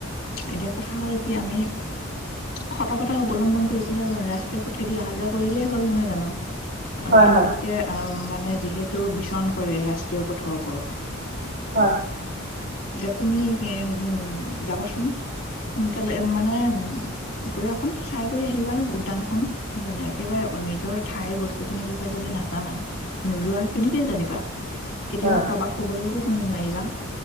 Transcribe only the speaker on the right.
হয় হয়
হয়
হয়।
হয়